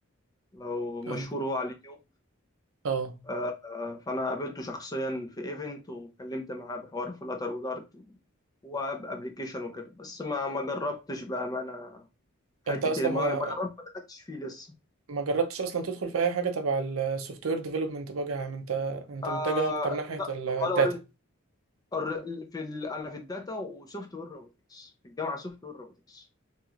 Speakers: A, on the left; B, on the right.
A: لو مشهور
B: اه
A: هو على اليوتيوب
B: آه.
A: آه، آه، فانا قابلته شخصيا في ايفنت وكلمت معاه بحوار فلاتر ودارت واب ابلكيشن وكده بس ما ما جربتش بامانه حته
B: انت اصلا
A: ما
B: ما
A: هو ما دخلتش فيه لسه
B: ما جربتش اصلا تدخل في اي حاجه تبع السوفت وير ديفلوبمنت بقى يا عم انت انت
A: آه
B: متجه اكتر ناحيه
A: لا
B: الداتا
A: ولا اوريدي الر- في ال... انا في الداتا وسوفت وير روبوتكس في الجامعه سوفت وير روبوتكس